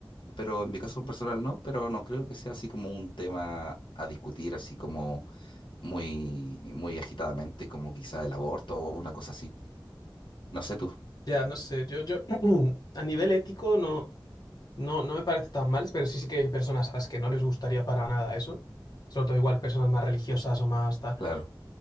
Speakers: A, on the left; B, on the left.
A: Pero en mi caso personal no, pero no creo que sea así como un tema a discutir, así como muy, muy agitadamente, como quizá el aborto o una cosa así. No sé tú,
B: ya, no sé, yo, yo <clears throat> a nivel ético no, no, no me parece tan mal, pero sí, sí que hay personas a las que no les gustaría para nada eso, sobre todo igual personas más religiosas o más tal.
A: claro.